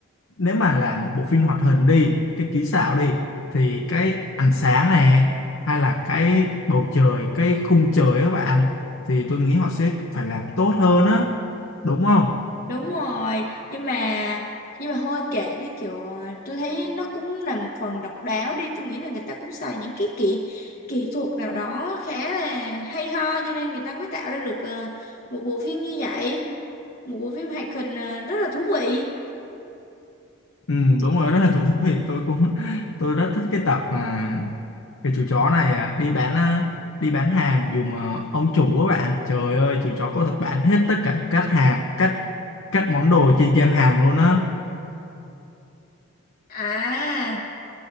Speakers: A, on the left (about 70°); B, on the left (about 45°).
A: nếu mà là một bộ phim hoạt hình đi cái kỹ xảo đi thì cái ánh sáng này hay là cái bầu trời cái khung trời á các bạn thì tôi nghĩ họ sẽ phải làm tốt hơn á đúng không
B: đúng rồi nhưng mà nhưng mà thôi kệ đi kiểu ờ, tôi thấy nó cũng là một phần độc đáo đi tôi nghĩ là người ta cũng xài những cái kỹ kỹ thuật nào đó khá là hay ho cho nên người ta mới tạo ra được ờ, một bộ phim như vậy một bộ phim hoạt hình à, rất là thú vị
A: Ừ, đúng rồi rất là thú vị tôi cũng tôi rất thích cái tập mà cái chú chó này à, đi bán à, đi bán hàng dùm à, ông chủ các bạn trời ơi chú chó có thật bán hết tất cả các hàng các các món đồ trên trang hàng luôn á
B: à